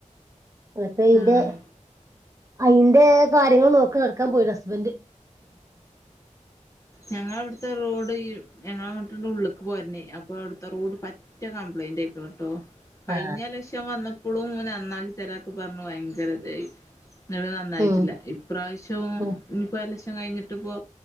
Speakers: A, on the right; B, on the left.
A: അപ്പയ്ന്റെ
B: ആഹ്
A: അയിന്റെ കാര്യങ്ങൾ നോക്കി നടക്കാൻ പോയിണ് ഹസ്ബൻറ്റ്
B: ഞങ്ങളിവ്ട്ത്തെ റോഡ് ഈ ഞങ്ങളങ്ങട്ട് ൻ്റുള്ള്ക്ക് പോര്ന്നെ അപ്പൊ അവ്ട്ത്തെ റോഡ് പറ്റ കംപ്ലൈൻ്റായിക്ക്ണ് ട്ടോ കഴിഞ്ഞ
A: ആ
B: എലക്ഷന് വന്ന പ്പളുംങ്ങ നന്നാക്കി തരാന്ന് പർഞ്ഞ് ഭയങ്കര തെയ്നി ങ്ങട്ട് നന്നായിട്ടില്ല
A: ഉം
B: ഇപ്രാവശ്യും
A: ഉം
B: ഞ്‌പ്പെലെക്ഷ കഴിഞ്ഞിട്ട് പോ